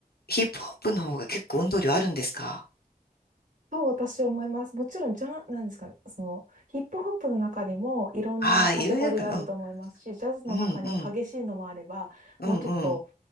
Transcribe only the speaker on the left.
ヒップホップの方が結構運動量あるんですか
ああ、いろいろあるかな。
うん、うん、うん、
うん、